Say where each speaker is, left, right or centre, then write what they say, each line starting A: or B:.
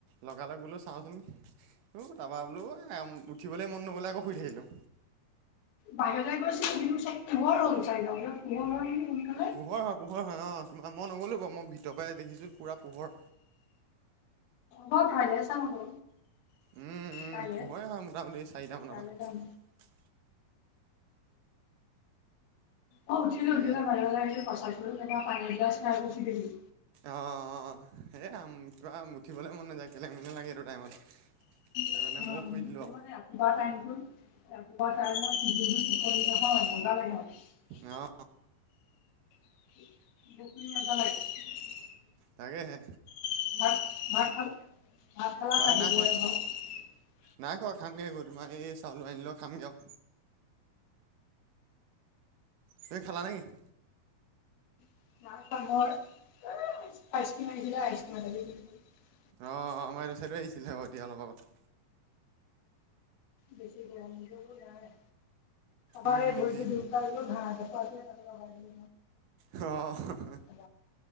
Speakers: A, on the right; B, on the left.
A: লগা লগ বোলো চাওঁচোন তাৰাপা বোলো। উঠিবলৈ মন নগ'লে আকৌ শুই থাকিলোঁ।
B: বাহিৰ যাই গৈছিল চাই পোহৰ হ'ল চাই যা পোহৰ সোনকালে
A: পোহৰ হয় পোহৰ হয় অ তোমাৰ মই নগ'লো বাৰু মই ভিতৰ পৰাই দেখিছোঁ পুৰা পোহৰ।
B: হ'ব কাইলে চাম আকৌ
A: উম উমো
B: কাইলে
A: হয় হয় মোটামুটি চাৰিটা মানৰ
B: কাইলে
A: পৰা।
B: যাম। অ উঠিলে
A: তাকে
B: উঠিলা পান লাগিলে পচা পো পানীৰ এগিলাচ খাই শুই থাকিলো
A: আহ স কিবা উঠিবলে মন নাযায় কেলে নালাগে এইটো টাইমত। সেইটো
B: <unintelligible>
A: কাৰণে ময়ো শুই দিলোঁ আৰু
B: ৰাতিপুৱা টাইত মজা লাগে।
A: অ
B: <unintelligible>
A: তাকে হে।
B: ভাত খালা নাই
A: ভাত
B: দুপৰীয়া
A: নাই খোৱা
B: ভাত।
A: নাই খোৱা খাম গেহে তোমাৰ এই চাউলো আনিলেও খামগেয় আও। তুমি খালা নেকি?
B: <unintelligible>
A: অ ‌আমাৰ ত চাইডো আহিছিলে দিয়া এতিয়া অলপ আগত।
B: বেছি গৰম নাই
A: উম,
B: ত এই ধৰিত
A: যি
B: ঘাঁহ এ <unintelligible>
A: অ
B: অ